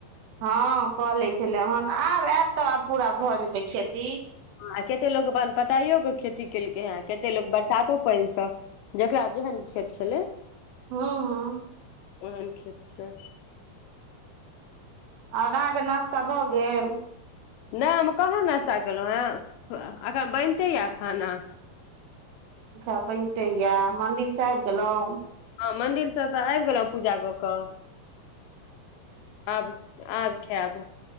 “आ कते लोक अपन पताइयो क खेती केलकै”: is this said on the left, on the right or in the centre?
Left